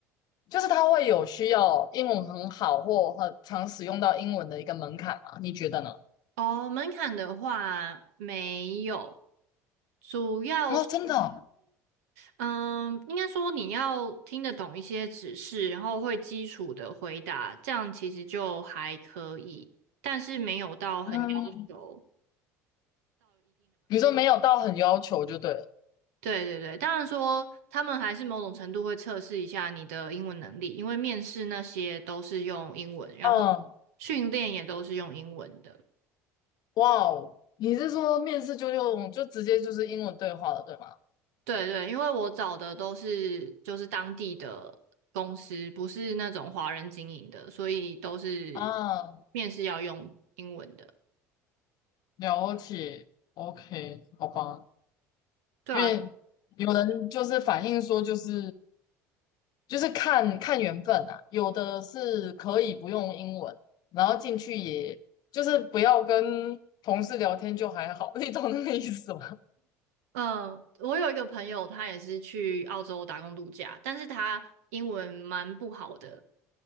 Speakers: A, on the left; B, on the right.
A: 就是他会有需要英文很好或很常使用到英文的一个门槛啊，你觉得呢？
B: 哦，门槛的话没有，主要是，
A: 哦，真的哦
B: 嗯，应该说你要听得懂一些指示，然后会基础的回答，这样其实就还可以，但是没有到很要求。
A: 嗯。你说没有到很要求就对了。
B: 对对对，当然说他们还是某种程度会测试一下你的英文能力，因为面试那些都是用英文，然后
A: 嗯，
B: 训练也都是用英文的。
A: 哇哦，你是说面试就用就直接就是英文对话了，对吗？
B: 对对，因为我找的都是就是当地的公司，不是那种华人经营的，所以都是
A: 啊，
B: 面试要用英文的。
A: 了解，OK，好吧。
B: 对啊，
A: 因为有人就是反映说，就是就是看看缘分啊，有的是可以不用英文，然后进去也就是不要跟同事聊天就还好，<laughs> 你懂那个意思吗？
B: 嗯，我有一个朋友，他也是去澳洲打工度假，但是他英文蛮不好的，